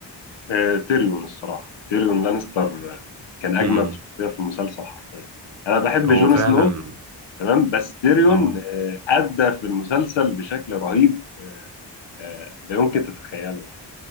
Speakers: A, on the left (about 85°); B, on the right (about 40°).
A: آه، تيريون الصراحة تيريون لانستر كان أجمد
B: مم.
A: شخصية في المسلسل حرفيا أنا بحب
B: هو
A: جون
B: فعلا
A: سنو تمام بس تيريون
B: اه
A: آه، أدى في المسلسل بشكل رهيب آه، آه، لا يمكن تتخيله يعني